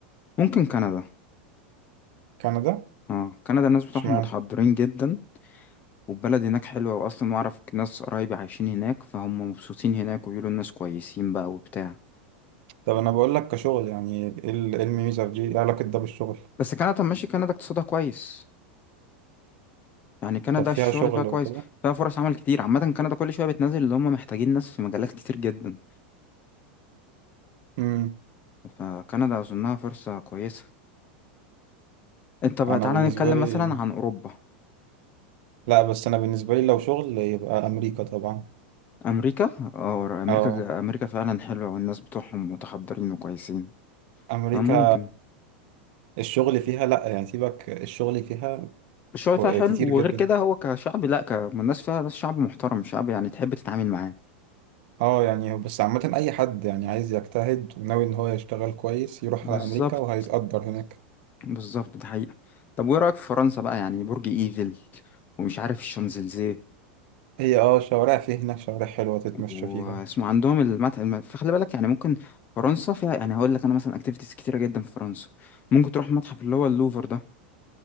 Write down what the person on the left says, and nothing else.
ممكن كندا
اه كندا الناس بتوعهم
متحضرين جدا والبلد هناك حلوه واصلا واعرف ناس قرايبي عايشين هناك فهم مبسوطين هناك وبيقولوا الناس كويسين بقى وبتاع
بس كندا طب ماشي كندا اقتصادها كويس يعني كندا
الشغل
فيها كويس
فيها فرص عمل كتير عامة كندا كل شوية بتنزل اللي هم محتاجين ناس في مجالات كتير جدا
فكندا أظنها فرصة كويسة انت بقى
تعالى
نتكلم
مثلا عن أوروبا
أمريكا أو أمريكا
أمريكا فعلا حلوة والناس بتوعهم متحضرين وكويسين
فممكن
الشغل
فيها حلو
وغير
كده هو كشعب لأ ك- الناس فيها ناس شعب محترم شعب يعني تحب تتعامل معاه
بالظبط
بالظبط ده حقيقة طب وإيه رأيك في فرنسا بقى يعني برج إيفل ومش عارف الشانزليزيه
واسمه
عندهم المتحف فخلي بالك يعني ممكن فرنسا فيها يعني هقول لك أنا مثلا أكتيفيتيز كتيرة جدا في فرنسا ممكن تروح متحف اللي هو اللوفر ده